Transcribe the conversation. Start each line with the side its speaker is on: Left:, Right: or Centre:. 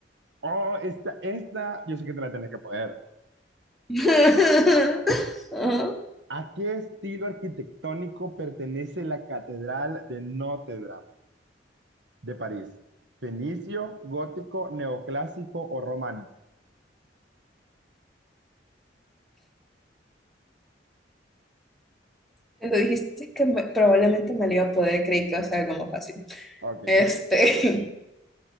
Right: Oh, esta, esta, yo sé que te la tenés que poder.
Centre: <laughs> Ajá.
Right: ¿A qué estilo arquitectónico pertenece la Catedral de Notre Dame de París? ¿Fenicio, gótico, neoclásico o románico?
Centre: Cuando dijiste que me- probablemente me lo iba a poder, creí que iba a ser algo más fácil.
Right: Ok,
Centre: Este,